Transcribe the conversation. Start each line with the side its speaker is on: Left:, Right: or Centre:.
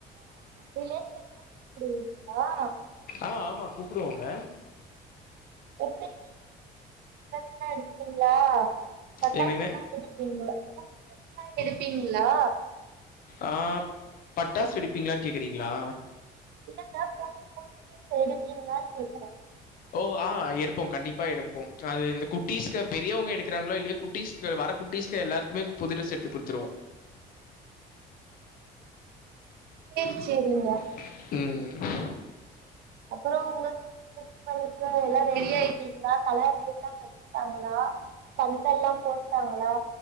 Right: ரிலேஷன் எல்லா கூப்புடுவீங்களா
Left: ஆ ஆமா கூப்புடுவோங்க
Right: எப்டிங் எல்லா எடுப்பீங்களா பட்டாசு
Left: என்னங்க?
Right: எல்லா வெடிப்பீங்களா புது ட்ரெஸ் எல்லா எடுப்பீங்களா
Left: ஆ பட்டாசு வெடிப்பீங்களான் கேக்குறீங்களா
Right: இல்லங்க புது புது ட்ரெஸ் எடுப்பீங்களா கேக்குறே
Left: ஓ ஆ எடுப்போ கண்டிப்பா எடுப்போ அது இந்த குட்டீஸ்க பெரியவங்க எடுக்கிறாங்களோ இல்லயோ குட்டிஸ் சே வர குட்டீஸ்க எல்லாருக்குமே புது ட்ரெஸ் எடுத்து குடுத்துருவோ <inaudible>
Right: சேர் சேரிங்க
Left: ம் ம்
Right: அப்பறோ உங்க ஸ்ட்ரீட்ல இருக்ற இருக்க எல்லா ரெடி ஆயிட்டீங்களா கலர் லைட்லா கட் டாங்களா பந்தல்லா போட்டாங்களா